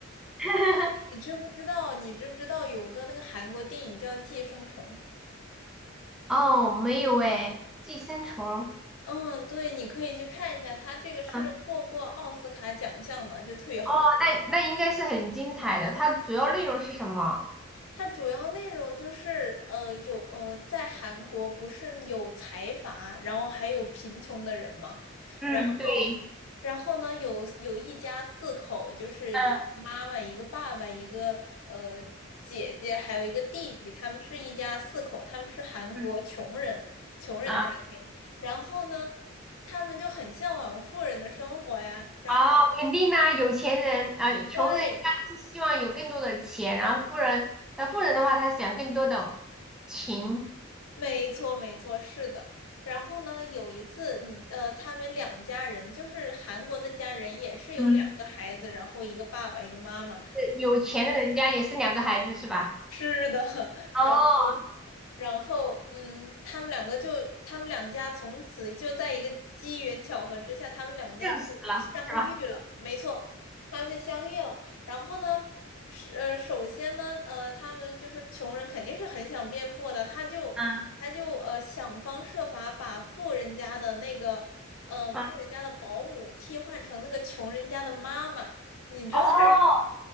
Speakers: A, in the centre; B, on the left.
A: <laughs>
B: 你知不知道？你知不知道有个那个韩国电影叫《寄生虫》？
A: 哦，没有哎，《寄生虫》
B: 嗯，对，你可以去看一下，它这个是获过奥斯卡奖项的，
A: 啊
B: 就特别好看。
A: 哦，那那应该是很精彩的。它主要内容是什么？
B: 它主要内容就是，呃，有呃，在韩国不是有财阀，然后还有贫穷的人嘛，
A: 嗯，
B: 然后，
A: 对，
B: 然后呢，有有一家四口，就是一个妈妈、
A: 嗯
B: 一个爸爸、一个呃姐姐，还有一个弟弟，他们是一家四口，他们是韩国穷人，
A: 嗯
B: 穷人家庭，
A: 啊，
B: 然后呢，他们就很向往富人的生活呀，然后
A: 哦，肯定呐、有钱人啊、穷人一般都是希望有更多的钱，
B: 对，
A: 然后富人，那富人的话，他想更多的情。
B: 没错，没错，是的。然后呢，有一次你呃，他们两家人，就是韩国那家人，也是有两个孩子，
A: 嗯，
B: 然后一个爸爸，一个妈妈。
A: 有钱的人家也是两个孩子是吧？
B: 是的，<laughs>
A: 哦，
B: 然。然后，嗯，他们两个就，他们两家从此就在一个机缘巧合之下，他们两家就遇相遇了。
A: 更死了是吧？
B: 没错，他们就相遇了。然后呢，是呃，首先呢，呃，他们就是穷人，肯定是很想变富的，他就他就呃想方设法把富人家的那个呃富人家的保姆替换成那个穷人家的妈妈。
A: 嗯嗯，
B: 你知道他是，
A: 哦
B: <laughs>